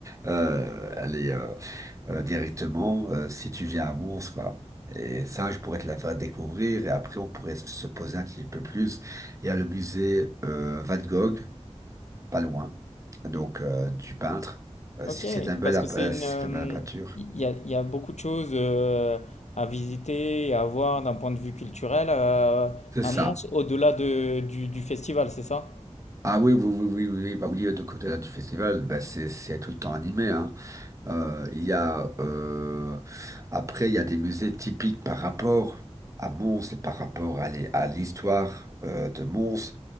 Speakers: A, on the right (about 25°); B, on the left (about 80°).
A: Euh, allez euh, directement euh, si tu viens à Mons, quoi. Et ça, je pourrais te la faire découvrir et après, on pourrait se poser un petit peu plus. Il y a le musée euh, Van Gogh, pas loin, donc euh, du peintre. Euh,
B: Ok,
A: si c'est un bel,
B: parce
A: app-
B: que c'est
A: euh,
B: une,
A: si
B: euh,
A: c'est un bel à peinture.
B: il y a, il y a beaucoup de choses euh, à visiter et à voir d'un point de vue culturel euh,
A: C'est
B: à
A: ça.
B: Mons, au-delà de, du, du festival, c'est ça?
A: Ah oui, oui, oui, oui, oui, oui, bah oui, euh, de côté là, du festival, bah c'est c'est tout le temps animé, hein. Euh, il y a euh, après il y a des musées typiques par rapport à Mons et par rapport à l'hi- à l'histoire euh, de Mons.